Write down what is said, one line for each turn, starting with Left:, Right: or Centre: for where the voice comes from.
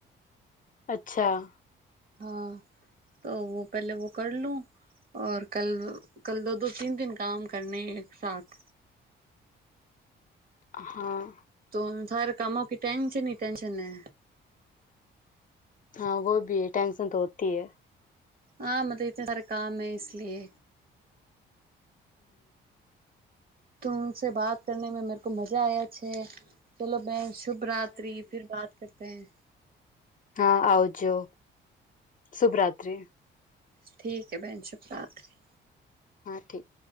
Left: અચ્છા
Right: હા તો પહેલે વો કર લું. ઔર કલ કલ દો તીન દિન કામ કરને એકસાથ
Left: હા.
Right: તો થારે કામો કે ટેન્શન ની ટેન્શન હે.
Left: હા વો ભી હે ટેન્શન તો હોતી હે.
Right: હા મતલબ ઇતે સારે કામ ઇસ. લિયે. તુમસે બાત કરને મે મેરકો મજા આયા છે ચલો બેન. શુભ રાત્રિ ફીર બાત કરતેે હે.
Left: હા આવજો શુભરાત્રી.
Right: ઠીક હે બેન શુભરાત્રી.
Left: હા ઠીક.